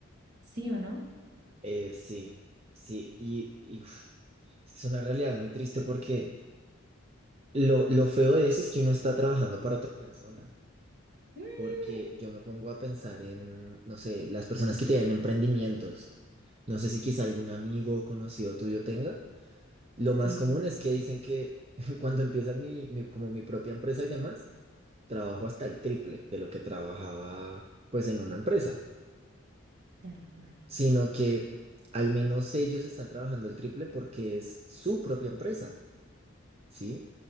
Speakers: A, on the right; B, on the right.
A: ¿sí o no?
B: eh, sí, sí, y, y, uf, es una realidad muy triste porque lo, lo feo de eso es que uno está trabajando para otra persona,
A: Mm,
B: porque yo me pongo a pensar en, no sé, las personas que tienen emprendimientos, no sé si quizá algún amigo o conocido tuyo tenga, lo más
A: sí,
B: común es que dicen que <laughs> cuando empiezan mi, mi- como mi propia empresa y demás, trabajo hasta el triple de lo que trabajaba pues en una empresa,
A: tal cual.
B: sino que al menos ellos están trabajando el triple porque es su propia empresa, ¿sí?